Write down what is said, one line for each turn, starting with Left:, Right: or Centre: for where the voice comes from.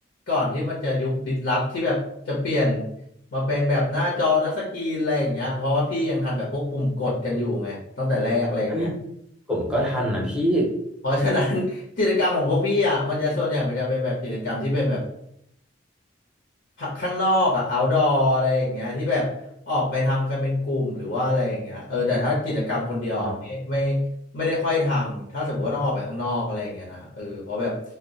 Left: ก่อนที่มันจะยุคดิสลอฟที่แบบจะเปลี่ยนมาเป็นแบบหน้าจอทัชสกรีนอะไรอย่างเงี้ยเพราะว่าพี่ยังทันแบบพวกปุ่มกดกันอยู่ไงตั้งแต่แรกอะไรอย่างเงี้ย
Centre: เฮ้ยผมก็ทันนะพี่
Left: เพราะฉะนั้น <laughs> กิจกรรมของพวกพี่อ่ะมันจะส่วนใหญ่มันจะเป็นแบบกิจกรรมที่เป็นแบบ ข้างนอกอะ outdoor อะไรอย่างเงี้ยที่แบบออกไปทำกันเป็นกลุ่มหรือว่าอะไรอย่างเงี้ยเออแต่ถ้ากิจกรรมคนเดียวอะไม่ไม่
Centre: อ๋อ
Left: ไม่ได้ค่อยทำ ถ้าสมมติว่าต้องออกไปข้างนอกอะไรอย่างเงี้ยนะเออเพราะแบบ